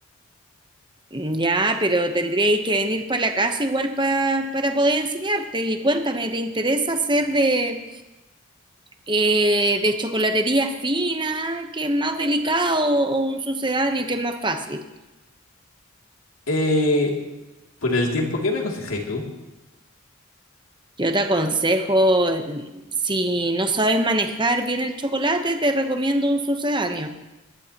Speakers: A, on the right; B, on the left.
A: Ya, pero tendríais que venir para la casa igual pa- para poder enseñarte. Y cuéntame, ¿te interesa hacer de, eh, de chocolatería fina, que es más delicado, o un sucedáneo, que es más fácil?
B: Eh, por el tiempo, ¿qué me aconsejáis tú?
A: Yo te aconsejo, eh, si no sabes manejar bien el chocolate, te recomiendo un sucedáneo.